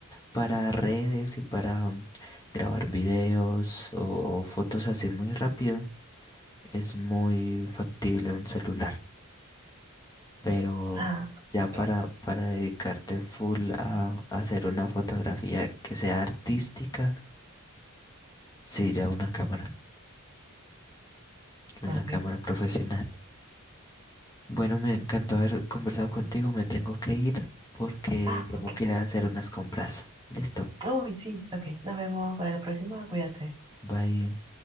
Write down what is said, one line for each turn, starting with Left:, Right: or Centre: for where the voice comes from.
Left: para redes y para mm, grabar videos o, o fotos así muy rápido, es muy factible un celular. Pero
Right: Ah,
Left: ya
Right: ok,
Left: para, para dedicarte full a, a hacer una fotografía que sea artística, sí, ya una cámara, una
Right: ok.
Left: cámara profesional. Bueno, me encantó haber conversado contigo, me tengo que ir porque
Right: Ah,
Left: tengo
Right: ok.
Left: que ir a hacer unas compras. Listo,
Right: Uy, sí, ok. Nos vemos para la próxima. Cuídate.
Left: bye.